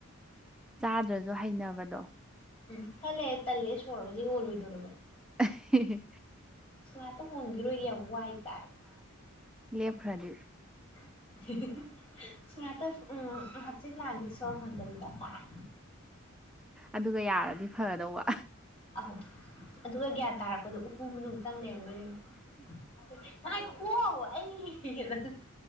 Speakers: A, in the centre; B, on the left.
A: ꯆꯥꯗ꯭ꯔꯥꯖꯨ ꯍꯩꯅꯕꯗꯣ
B: ꯎꯝ ꯈꯔ ꯂꯩꯔ ꯇꯜꯂꯦ ꯁꯣꯔꯒꯁꯤ ꯍꯣꯜꯂꯣꯏꯗꯧꯔꯤꯕ꯫
A: ꯑꯍꯤ ꯍꯤ
B: ꯉꯥꯛꯇ ꯍꯣꯟꯒꯤꯔꯣꯏꯒꯦ ꯌꯥꯝ ꯋꯥꯏ ꯀꯥꯏꯅ
A: ꯂꯦꯞ ꯈ꯭ꯔꯗꯤ
B: <unintelligible> ꯉꯍꯥꯛꯇ ꯎꯝ ꯍꯥꯆꯤꯛ ꯂꯥꯡꯒꯦ ꯁꯣꯔ ꯍꯟꯗꯕꯤꯗ ꯀꯥꯏꯅ
A: ꯑꯗꯨꯒ ꯌꯥꯔꯗꯤ ꯐꯗꯧꯕ
B: ꯑꯍꯧ ꯑꯗꯨꯒ ꯒ꯭ꯌꯥꯟ ꯇꯥꯔꯛꯄꯗ ꯎꯄꯨ ꯃꯅꯨꯡ ꯆꯪ ꯂꯩꯔꯝꯗꯣꯏꯅꯤ <unintelligible> ꯉꯥꯏꯈꯨꯋꯣ ꯑꯩ <unintelligible>